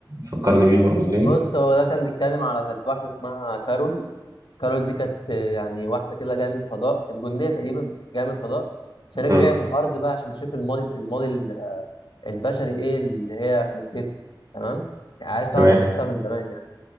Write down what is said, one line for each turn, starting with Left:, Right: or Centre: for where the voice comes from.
Right: فكرني بيه برضو تاني
Left: بص هو ده كان بيتكلم على كانت واحدة اسمها كارول كارول دي كانت آه، يعني واحدة كده جاية من الفضاء كانت جندية تقريبا جاية من الفضاء فرجعت
Right: مم.
Left: الأرض بقى عشان تشوف الماضي الماضي ال- البشري إيه اللي هي نسيته تمام يعني عايز
Right: تمام
Left: تعرف قصتها من زمان يعني